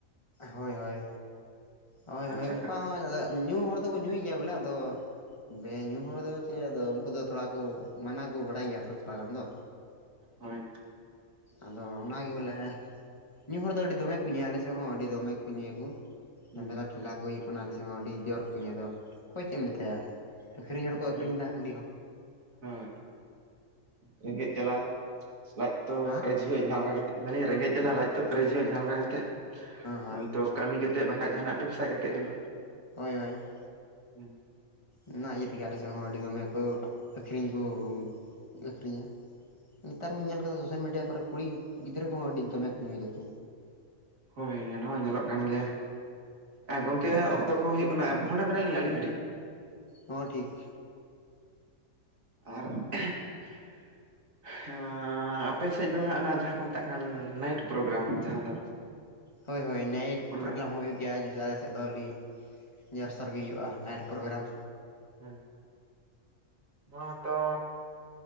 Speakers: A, on the left (about 20°); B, on the right (about 75°).
A: ᱦᱳᱭ ᱦᱳᱭ ᱦᱳᱭ
B: ᱟᱪᱪᱷᱟ
A: ᱦᱳᱭ ᱚᱱᱠᱟ ᱦᱚᱸ ᱦᱩᱭ ᱫᱟᱲᱮᱭᱟᱜ ᱧᱩ ᱦᱚᱲ ᱫᱚᱠᱚ ᱧᱩᱭ ᱜᱮᱭᱟ ᱵᱚᱞᱮ ᱟᱫᱚ ᱵᱮ ᱧᱩ ᱦᱚᱲ ᱫᱚ ᱪᱮᱫ ᱟᱫᱚ ᱩᱱᱠᱩ ᱫᱚ ᱛᱷᱚᱲᱟ ᱠᱚ ᱢᱟᱱᱟ ᱠᱚ ᱵᱟᱲᱟᱭ ᱜᱮᱭᱟ ᱛᱷᱚᱲᱟ ᱾ ᱛᱷᱚᱲᱟ ᱜᱟᱱ ᱫᱚ
B: ᱦᱳᱭ
A: ᱟᱫᱚ ᱚᱱᱟᱜᱮ ᱵᱚᱞᱮ ᱧᱩ ᱦᱚᱲ ᱫᱚ ᱟᱹᱰᱤ ᱫᱚᱢᱮ ᱠᱚ ᱧᱩᱭᱟ ᱟᱞᱮ ᱥᱮᱫ ᱦᱚᱸ ᱟᱹᱰᱤ ᱫᱚᱢᱮ ᱠᱚ ᱧᱩᱭᱟ ᱠᱚ ᱾ <unintelligible>
B: ᱦᱩᱸ
A: ᱢᱮᱞᱟ ᱠᱚ ᱦᱩᱭᱩᱜ ᱠᱟᱱᱟ ᱟᱞᱮ ᱥᱮᱫ ᱦᱚᱸ ᱟᱹᱰᱤ ᱡᱳᱨ ᱧᱮᱞ ᱾ ᱟᱫᱚ ᱚᱠᱚᱭ ᱪᱮᱫ ᱮᱢ ᱢᱮᱛᱟᱭᱟ ᱟᱹᱠᱷᱨᱤᱧ ᱦᱚᱲᱠᱚ ᱟᱹᱠᱷᱨᱤᱧ
B: ᱦᱳᱭ
A: ᱫᱟ ᱦᱟᱹᱸᱰᱤ ᱦᱚᱸ
B: ᱦᱳᱭ ᱨᱮᱸᱜᱮᱡ ᱡᱟᱞᱟ ᱞᱟᱡ
A: ᱦᱮᱸ
B: ᱡᱟᱦᱟ ᱞᱮᱠᱟ ᱾ ᱢᱮᱱ ᱫᱟᱹᱞᱤᱧ ᱨᱮᱸᱜᱮᱡ ᱡᱟᱞᱟ ᱞᱟᱡ ᱛᱚ ᱯᱮᱨᱮᱡᱷᱚᱜᱼᱟ ᱡᱟᱦᱟᱸ ᱞᱮᱠᱟ ᱠᱟᱛᱮ
A: ᱦᱳᱭ
B: ᱦᱭᱛᱚ ᱠᱟᱹᱢᱤ ᱠᱟᱛᱮᱜ ᱵᱟᱠᱷᱟᱡ ᱡᱟᱦᱟᱱᱟᱜ ᱵᱮᱵᱽᱥᱟ ᱠᱟᱛᱮᱫ ᱦᱚᱞᱮᱳ
A: ᱦᱳᱭ ᱦᱳᱭ
B: <inaudible>
A: ᱚᱱᱟ ᱤᱭᱟᱹ ᱛᱮᱜᱮ ᱟᱞᱮ ᱥᱮᱫ ᱦᱚᱸ ᱟᱹᱰᱤ ᱫᱚᱢᱮ ᱠᱚ ᱟᱹᱠᱷᱨᱤᱧ ᱠᱚ ᱟᱹᱠᱷᱨᱤᱧᱟ ᱱᱮᱛᱟᱨ ᱢᱟᱹᱧ ᱧᱮᱞ ᱠᱟᱫᱟ ᱥᱳᱥᱟᱞ ᱢᱤᱰᱤᱭᱟ ᱠᱚᱨᱮ ᱠᱩᱲᱤ ᱜᱤᱫᱽᱨᱟᱹ ᱠᱚᱦᱚᱸ ᱟᱹᱰᱤ ᱫᱚᱢᱮ ᱠᱚ ᱧᱩᱭ ᱫᱟᱠᱚ
B: ᱦᱳᱭ ᱚᱱᱟ ᱢᱟ ᱧᱮᱞᱚᱜ ᱠᱟᱱ ᱜᱮᱭᱟ ᱟᱨ ᱜᱚᱢᱠᱮ ᱚᱠᱛᱚ ᱠᱚᱦᱚ ᱦᱩᱭᱩᱜ ᱠᱟᱱᱟ ᱯᱷᱳᱱ ᱟᱵᱮᱱᱟᱞᱤᱧ ᱟᱹᱞᱤᱧ ᱠᱟᱹᱴᱤᱡ
A: ᱦᱚᱸ ᱴᱷᱤᱠ
B: ᱟᱨ <inaudible> ᱟᱨ ᱟᱯᱮ ᱥᱮᱫ ᱫᱚ ᱦᱟᱸᱜ ᱚᱱᱟ ᱡᱟᱦᱟᱸ ᱠᱚ ᱢᱮᱛᱟᱜ ᱠᱟᱱ ᱱᱟᱭᱤᱴ ᱯᱨᱳᱜᱨᱟᱢ ᱡᱟᱦᱟᱸ ᱫᱚ
A: ᱦᱳᱭ ᱦᱳᱭ ᱱᱟᱭᱤᱴ
B: ᱚᱱᱟ
A: ᱯᱨᱳᱜᱨᱟᱢ ᱦᱚᱸ ᱦᱩᱭᱩᱜ ᱜᱮᱭᱟ ᱡᱮᱥᱮ ᱥᱮᱫ ᱫᱚ ᱟᱹᱰᱤ ᱡᱳᱨᱥᱳᱨᱜᱮ ᱦᱩᱭᱩᱜᱼᱟ ᱱᱟᱭᱤᱴ ᱯᱨᱳᱜᱨᱟᱢ
B: ᱦᱮᱸ ᱱᱚᱣᱟᱛᱚ